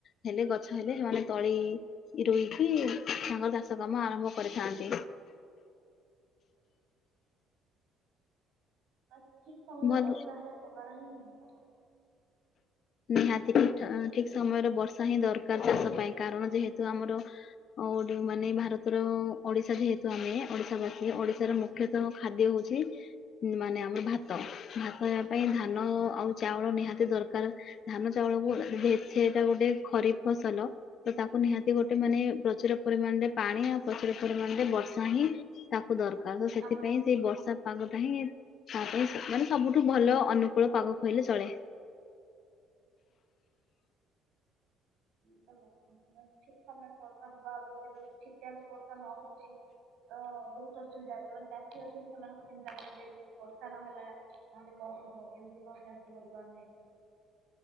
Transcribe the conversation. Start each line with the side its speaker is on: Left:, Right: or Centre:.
Left: ହେଲେ ଗଛ ହେଲେ ସେମାନେ ତଳି ରୋଇକି ତାଙ୍କର ଚାଷ କାମ ଆରମ୍ଭ କରିଥାନ୍ତି।
Right: ହଁ। ଆଜି କଣ ଗୋଟେ
Left: ଭଲ
Right: ବର୍ଷା ହବାର ହିଁ କଥା।
Left: ନିହାତି
Right: ନହେଲେ
Left: ଠିକ୍
Right: ତାହେଲେ ଗୋଟେ
Left: ଠିକ୍ ସମୟରେ ବର୍ଷା ହିଁ ଦରକାର ଚାଷ ପାଇଁ କାରଣ ଯେହେତୁ ଆମର। ଓଡି ମାନେ ଭାରତର ଓଡିଶା ଯେହେତୁ ଆମେ ଓଡିଶା ବାସୀ ଓଡିଶାର ମୁ। ମୁଖ୍ୟତଃ ଖାଦ୍ୟ ହଉଛି ମାନେ ଆମର ଭାତ ଭା ତ ହେବା ପାଇଁ
Right: ହଁ
Left: ଧାନ ଆଉ ଚାଉଳ ନିହାତି ଦରକାର। ଧାନ ଚାଉଳକୁ ଏଭେ ଏତେ ଏତେ ଗୋଟେ ଖରିପ୍ ଫସଲ। ତ ତାକୁ ନିହାତି ଗୋଟେ ମାନେ ପ୍ରଚୁର ପରିମାଣରେ ପାଣି ଆଉ ପ୍ରଚୁର ପରିମାଣରେ ବର୍ଷା ହିଁ ତାକୁ ଦରକାର ତ ସେଥିପାଇଁ
Right: ଆବଶ୍ୟକ
Left: ସେଇ ବର୍ଷା ପାଗଟା ହିଁ ତା ପାଇଁ ମାନେ ସବୁଠୁ ଭଲ ଅନୁକୂଳ ପାଗ କହିଲେ ଚଳେ।
Right: ଏଇଟା କଥା ଠିକ୍ ସମୟରେ ବର୍ଷା ହେବା ଆବଶ୍ୟକ ଯଦି ଠିକ୍ ଟାଇମ ରେ ବର୍ଷା ନ ହଉଛି। ତ ବହୁତ୍ ଅସୁବିଧା ଯୋଉମାନେ ଚାଷୀ ଅଛନ୍ତି ସେମାନଙ୍କ ଚିନ୍ତା ପଶିଯାଇଛି ଏଠି କ ତା ନହେଲା ତାହେଲେ କଣ ହବ କେମିତି କଣ ଚାଷ କରିବା ଆମେ।